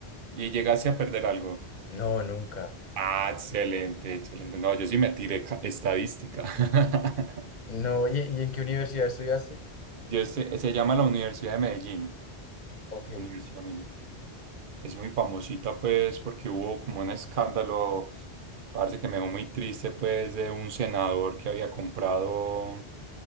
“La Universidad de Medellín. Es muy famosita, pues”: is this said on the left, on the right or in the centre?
Right